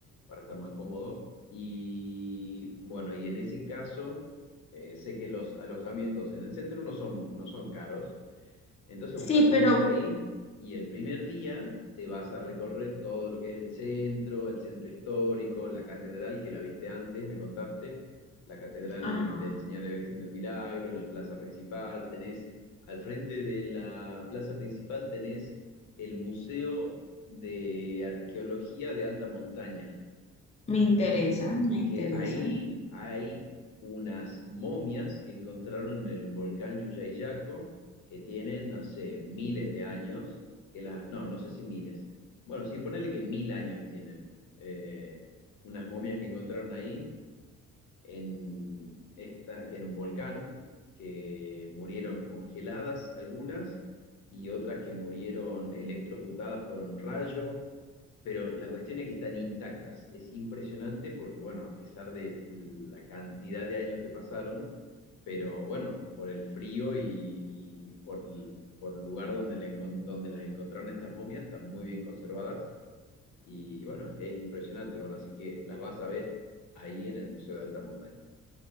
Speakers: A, on the left; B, on the left.
A: para estar más cómodo. Y bueno, y en ese caso, eh, sé que los alojamientos en el centro no son, no son caros. Entonces,
B: sí,
A: búscate
B: pero...
A: uno por ahí y el primer día te vas a recorrer todo lo que es el centro, el centro histórico, la catedral que la viste antes, me contaste, la catedral
B: ajá.
A: del Señor de la Virgen del Milagro, la plaza principal, tenés al frente de la plaza principal tenés el Museo de Arqueología de Alta Montaña
B: Me interesa, me interesa.
A: que ahí hay unas momias que encontraron en el volcán Yuyayaco, que tienen, no sé, miles de años, que las, no, no sé si miles. Bueno, sí, ponele que mil años tienen. eh, unas momias que encontraron ahí, en, esta, que en un volcán, que murieron congeladas algunas y otras que murieron electrocutadas por un rayo pero la cuestión es que están intactas. Es impresionante porque, bueno, a pesar de la cantidad de años que pasaron, pero bueno, por el frío y, y por, el- por el lugar donde, la encon- donde las encontraron estas momias, están muy bien conservadas y bueno, es impresionante. Bueno, así que las vas a ver ahí en el Museo de Alta Montaña,